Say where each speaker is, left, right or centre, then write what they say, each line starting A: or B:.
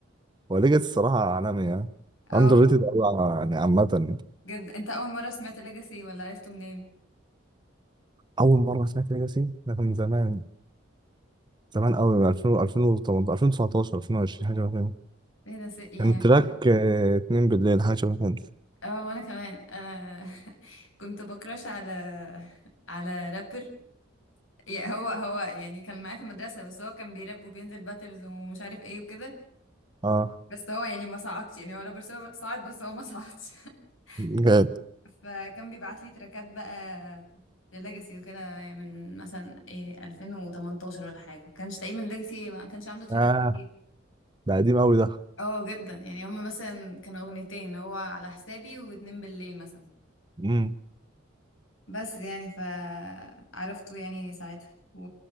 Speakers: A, on the right (about 20°); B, on the left (about 85°).
A: وليجاسي الصراحه عالمي يعني
B: اه
A: اندر ريتد قوي يعني عامه يعني
B: جد أنت أول مرة سمعت ليجاسي ولا عرفته منين؟
A: اول مره سمعت ليجاسي ده كان من زمان زمان قوي 2000 2018 2019 2020 حاجه شبه كده
B: ايه ده س- يعني
A: كان
B: يعتبر
A: تراك آه، 2 بالليل حاجه شبه كده
B: اه وانا كمان انا <laughs> كنت بكراش على على رابر يعني هو هو يعني كان معايا في المدرسة بس هو كان بيراب وبينزل باتلز ومش عارف ايه وكده
A: اه
B: بس هو يعني ما صعدش يعني هو رابر سو- صعد بس هو ما صعدش <laughs>
A: جامد
B: فكان بيبعت لي تراكات بقى لليجاسي وكده يعني من مثلا ايه 2018 ولا حاجة كانش تقريبا ليجاسي ما كانش عنده تراكات
A: اه
B: كتير
A: ده قديم قوي ده
B: اه جدا يعني هما مثلا كانوا اغنيتين هو على حسابي واتنين بالليل مثلا
A: امم
B: بس يعني فعرفته يعني ساعتها و...